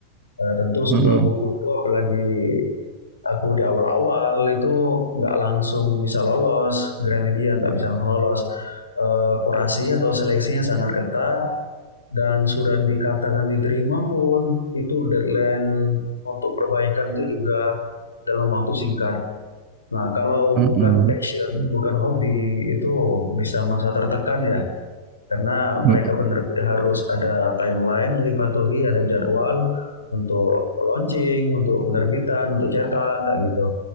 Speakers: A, on the left; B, on the right.
A: Eh, tentu sebuah
B: Mm-mm.
A: buku itu apalagi aku di awal-awal itu nggak langsung bisa lolos, Gramedia nggak bisa langsung lolos. Eh, kurasi atau seleksinya sangat ketat, dan sudah dikatakan diterima pun itu deadline untuk perbaikan itu juga dalam waktu singkat. Nah, kalau
B: Mm-mm.
A: bukan passion, bukan hobi, itu bisa masa tertekan ya. Karena mereka
B: Mm-mm.
A: penerbit harus ada timeline yang dipatuhi, ada jadwal untuk launching, untuk penerbitan, untuk cetak, kayak gitu.